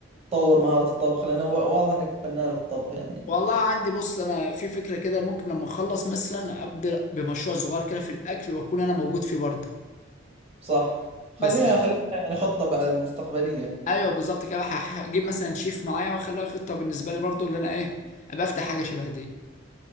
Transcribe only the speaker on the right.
تطور مهارة الطبخ لانه وا- واضح انك فنان في الطبخ يعني
صح خليها
خليها يعني خطة بعد- مستقبلية